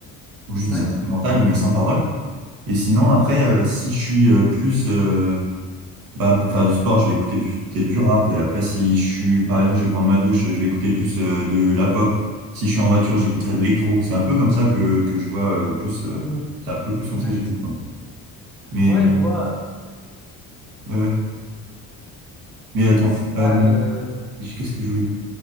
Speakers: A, on the right; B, in the centre.
A: ou juste
B: Ouais.
A: des instrumentales mais sans paroles. Et sinon après euh, si je suis euh, plus euh, Bah, pour faire du sport, je vais écouter plus peut-être du rap. Et après, si je suis, par exemple, je vais prendre ma douche, je vais écouter plus euh, de la pop. Si je suis en voiture, j'écouterai de l'électro. C'est un peu comme ça que, que je vois euh, plus. euh,
B: Mm.
A: c'est un peu plus comme
B: Ouais.
A: ça que j'écoute, quoi. Mais,
B: Ouais,
A: hum,
B: je vois.
A: ouais, ouais. Mais
B: euh,
A: attends,
B: Ouais.
A: euh,
B: Euh,
A: qu'est-ce que je voulais dire?